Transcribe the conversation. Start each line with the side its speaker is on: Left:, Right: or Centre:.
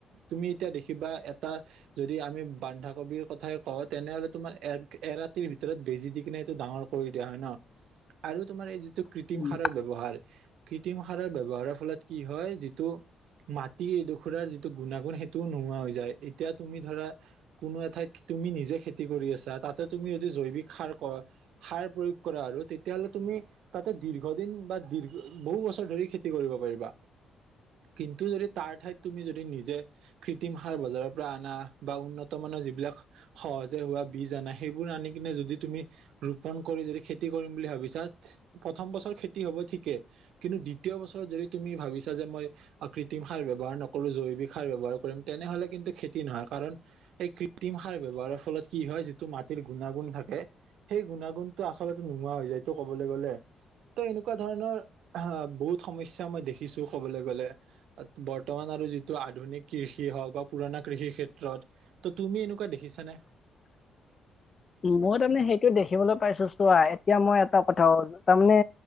Right: তুমি এতিয়া দেখিবা, এটা যদি আমি বন্ধাকবিৰ কথাই কওঁ, তেনেহলে তোমাৰ এ এৰাতিৰ ভিতৰত বেজি দি কিনে এইটো ডাঙৰ কৰি দিয়া হয় ন। আৰু তোমাৰ এই যিটো কৃত্ৰিম
Left: উম
Right: সাৰৰ ব্যৱহাৰ কৃত্ৰিম সাৰৰ ব্যৱহাৰৰ ফলত কি হয়, যিটো মাটি এডোখৰাৰ যিটো গুণাগুণ সেইটোও নোহোৱা হৈ যায়। এতিয়া তুমি ধৰা কোনো এঠাইত তুমি নিজে খেতি কৰি আছা, তাতে তুমি যদি জৈৱিক সাৰ কয়, সাৰ প্ৰয়োগ কৰা আৰু, তেতিয়া হ'লে তুমি তুমি তাতে দীৰ্ঘদিন বা দীৰ বহু বছৰ ধৰি খেতি কৰিব পাৰিবা। কিন্তু যদি তাৰ ঠাইত তুমি যদি নিজে কৃত্ৰিম সাৰ বজাৰৰ পৰা আনা, বা উন্নত মান যিবিলাক সহজে হোৱা বীজ আনা, সেইবোৰ আনি কিনে যদি তুমি ৰোপন কৰি যদি খেতি কৰিম বুলি ভাবিছা প্ৰথম বছৰ খেতি হ'ব ঠিকে, কিন্তু দ্বিতীয় বছৰত যদি তুমি ভাবিছা যে, মই কৃ কৃত্ৰিম সাৰ ব্যয়ৱহাৰ নকৰো, জৈৱিক সাৰ ব্যৱহাৰ কৰিম, তেনেহলে কিন্তু খেতি নহয়। কাৰণ এই কৃত্ৰিম সাৰ ব্যৱহাৰৰ ফলত কি হয়, যিটো মাটিৰ গুণাগুণ থাকে সেই গুণাগুণতটো আচলতে নোহোৱা হৈ যায়, ত কবলৈ গলে ত' এনেকুৱা ধৰণৰ, আহ, বহুত সমস্যা মই দেখিছো কবলৈ গলে। বৰ্তমানত যিটো আধুনিক কৃষি হওক বা পুৰণা কৃষি ক্ষেত্ৰত, ত' তুমি এনেকুৱা দেখা দেখিছানে?
Left: মই তাৰমানে সেইটো দেখিবলৈ পাইছো চোৱা, এতিয়া মই এটা কথা হ'ল, তাৰমানে